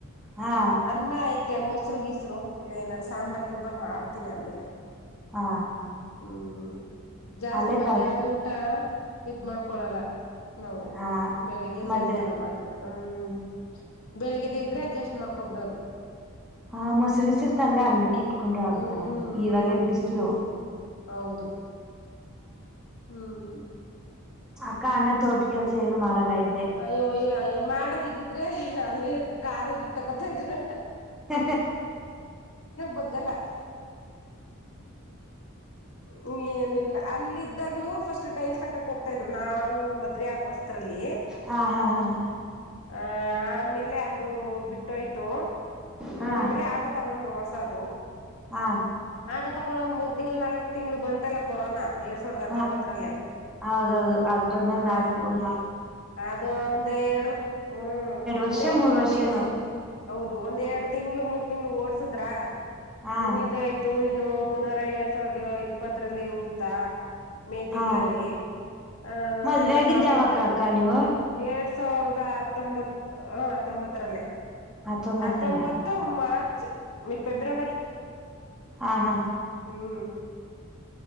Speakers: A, in the centre; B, on the left.
A: ಹಾ
B: ಅನ್ನ ಐ ಹಸರು ಗೀಸರು ಇಲ್ಲ ಏನಾದಾರು ಸಾಂಬಾರ್ ಗಿಂಬರ್ ಮಾಡ್ತೀನಿ ಆಮೇಲೆ
A: ಹಾ
B: ಹ್ಮ್ ಜಾಸ್ತಿ
A: ಅಲ್ಲೇ
B: ಮಧ್ಯಾಹ್ನ
A: ತರಕ
B: ದೂ ಇದ್ ಮಾಡ್ಕೊಳ್ಳಲ್ಲ ನಾವು
A: ಹಾ
B: ಬೆಳಿಗ್ಗೆ
A: ಮಧ್ಯ
B: ಸಾಯಂಕಾಲ ಮಾತ್ರ ಹ್ಮ್ ಬೆಳಿಗ್ದ ಇದ್ರೆ ಅಡ್ಜಸ್ಟ್ ಮಾಡ್ಕೊಬಿಡೋದು
A: ಹಾ ಮೊಸರುಗಸರ್ತ ಅಂದ್ರೆ ಅನ್ನಕ್ಕ ಇಟ್ಕೊಂಡ್ರರು ಆಗುತ್ತಲ್ಲ
B: ಹ್ಮ್ ಹ್ಮ್
A: ಇವಾಗ ಏನ್ ಬಿಸಲು
B: ಹೌದು ಹ್ಮ್
A: ಅಕ್ಕ ಅಣ್ಣ ಚೋಟ ಕೆಲ್ಸ ಏನು ಮಾಡಲ್ಲ ಆ್ತ
B: ಅಯ್ಯೋ ಅಯ್ಯೋ ಅಯ್ಯೋ ಮಾಡಾಗಿದ್ದಿದ್ರೆ ಅಲ್ಲೇ ಇರ್ತಿ ಕಾರ್ ಇಕ್ ತಕೊತ ಇದ್ರ
A: ಹ
B: ಬಗಲ <unintelligible> ಹ್ಮ್ ಏನು ಇಲ್ಲ ಅಲ್ಲಿದ್ದಾಗ್ಲೂ ಫಸ್ಟ್ ಟೈಲ್ಸ್ ತಕಕ್ ಹೋಗ್ತಾ ಇದ್ರು ನಾವು ಮದ್ವೆ ಆದ ವಸ್ತ್ರಲ್ಲಿ
A: ಹಾ ಹಾ ಹಾ ಹಾ
B: ಆ ಆಮೇಲೆ ಅದು ಬಿಟ್ಟೋಯ್ತು
A: ಹಾ
B: ಆ ಆಮೇಲೆ ಆಟೋ ತಗೊಂಡ್ರು ಸದು <unintelligible>
A: ಹಾ
B: ನ ತೊೊಂಡ್ ಒಂದ ಮೂರ್ ತಿಂಗಳು ನಾಲ್ಕಕ್ ತಿಂಗಳು ಬಂತಲ್ಲ ಕೊರೋನಾ ಎರಡ್ ಸಾವಿರದ ಹತ್ತೊಂಬತ್ತರಲ್ಲೇ
A: ಹಾ ಹೌದೌದು ಅದ್ ಬಂದಂಗ
B: ಹ
A: ನಾಲ್ಕು ನಾ
B: ಅದು ಒಂದ ಎರಡು ಹ್ಮ್
A: ವರ್ಷ
B: ಒಂದ್ ಎರಡು ಮೂರ್
A: ವರ್ಷ
B: ತಿಂ
A: ಏನೋ
B: ಹೌದು ಒಂದ್ ಎರಡು ತಿಂಗ್ಳ ಮೂರ್ ತಿಂಗ್ಳ ಓಡ್ಸುದ್ರಾ
A: ಹಾ
B: ಇನ್ನ ಇನ್ನು ಪುನರ ಎರಡ್ ಸಾವಿರದ ಇಪ್ಪತ್ತರಲ್ಲಿ ಉಡ್ತಾ ಮೇ ತಿಂಗಳಲ್ಲಿ
A: ಹಾ
B: ಆಹ
A: ಮದ್ವೆ
B: ನಮ್ಮ
A: ಆಗಿದ್ದ
B: ಮಾವನು
A: ಯಾವಾಗ ಅಕ್ಕ ನೀವು
B: ಎರಡ್ ಸಾವಿರದ ಹತ್ತೊಂಬತ್ ಹತ್ತೊಂಬತ್ತರಲ್ಲೇ
A: ಹತ್ತೊಂಬತ್ತರಲ್ಲ
B: ಹತ್ತೊಂಬತ್ತು ಮಾರ್ಚ್ ಫೆಬ್ರವರಿ
A: ಹಾ ಹಾ
B: ಹ್ಮ್